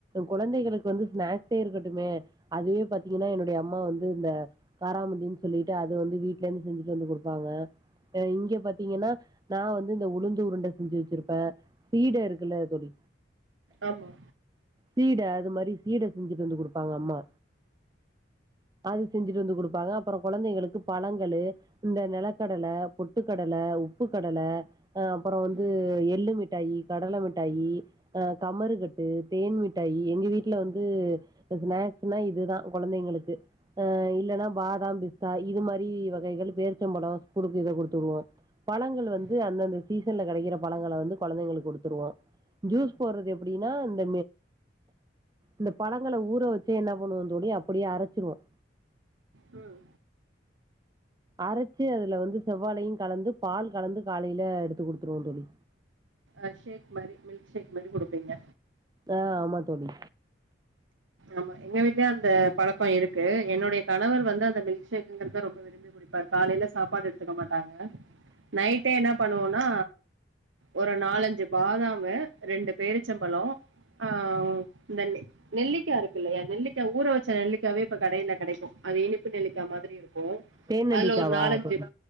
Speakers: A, on the right; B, on the right.
A: குழந்தைகளுக்கு வந்து ஸ்நாக்ஸே இருக்கட்டுமே அதுவே பாத்தீங்கனா என்னுடைய அம்மா வந் இந்த காராமண்டினு சொல்லிட்டு அது வந்து வீட்லேருந்து செஞ்சுட்டு வந்து குடுப்பாங்க இங்க பாத்தீங்கன்னா நா வந்து இந்த உளுந்து உருண்ட செஞ்சு வச்சிருப்ப சீடை இருக்குல்ல தோழி
B: ஆமா
A: சீட அது மாரி சீட செஞ்சுட்டு வந்து குடுப்பாங்க அம்மா அது செஞ்சுட்டு வந்து குடுப்பாங்க அப்பறோ குழந்தைகளுக்கு பழங்களு இந்த நெலகடல பொட்டு கடல உப்பு கடல அ அப்புறொ வந்து
B: ம்
A: எள்ளு மிட்டாயி கடல மிட்டாயி அ கமறுக்கட்டு தேன் மிட்டாயி எங்க வீட்ல வந்து ஸ்நா க்ஸ்னா இதுதா கொழந்தைங்களுக்கு அ இல்லன்னா பாதாம் பிஸ்தா இது மாதிரி வகைகள் பேர்ச்சம்பழம் ஸ்கூலுக்கு இத கொடுத்து வுடுவோம் பழங்கள் வந்து
B: ம்
A: அந்தந்த சீசன்ல கெடைக்கிற பழங்களை வந்து கொழந்தைங்களுக்கு கொடுத்துருவோம் ஜூஸ் போடுறது எப்படின்னா இந்த இந்த பழங்கள ஊற வச்சே என்ன பண்ணுவன் தோழி அப்படியே அரைச்சிருவோம்
B: ம்
A: அரைச்சு அதுல வந்து செவ்வாலையும் கலந்து பால் கலந்து காலையில எடுத்து கொடுத்துருவோம் தோழி
B: அ ஷேக் மாதிரி மில்க் ஷேக் மாரி கொடுப்பீங்க
A: ஆ ஆமா தோழி
B: ஆமா எங்க வீட்டுலயே அந்த பழக்கொ இருக்கு என்னுடைய கணவர் வந்து அந்த மில்க் ஷேக்ங்கிறத ரொம்ப விரும்பி குடிப்பார் காலையில ட்டா சாப்பாடு எடுத்துக்க மாட்டாங்க நைட்டே என்ன பண்ணுவோனா ஒரு நாலஞ்சு பாதாமு ரெண்டு பேரிச்சம்பளொ அவ் அந்த நெ நெல்லி நெல்லிக்கா இருக்கு இல்லையா நெல்லிக்கா ஊற வச்ச நெல்லிக்காவே இப்ப கடையில கிடைக்கும் அது இனிப்பு நெல்லிக்கா மாதிரி இருக்கும்
A: தேநெல்லிக்காவா
B: அதுல ஒரு நாலஞ்சு
A: தோழி